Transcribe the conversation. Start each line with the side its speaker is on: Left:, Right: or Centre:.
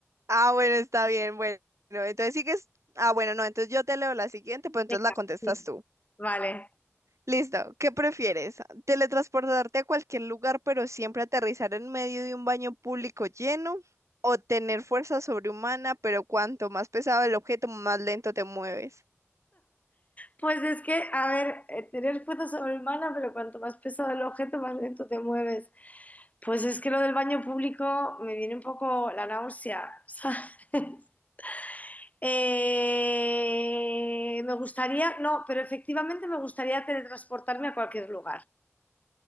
Right: Ah, bueno, está bien, bueno. Entonces sigues. Ah, bueno, no, entonces yo te leo la siguiente, pues entonces
Left: Venga,
Right: la contestas
Left: sí.
Right: tú.
Left: Vale.
Right: Listo, ¿qué prefieres? ¿Teletransportarte a cualquier lugar pero siempre aterrizar en medio de un baño público lleno? ¿O tener fuerza sobrehumana pero cuanto más pesado el objeto, más lento te mueves?
Left: Pues es que, a ver, eh, tener fuerza sobrehumana, pero cuanto más pesado el objeto, más lento te mueves. Pues es que lo del baño público me viene un poco la náusea, <laughs> ¿sabes? Eh, me gustaría, no, pero efectivamente me gustaría teletransportarme a cualquier lugar.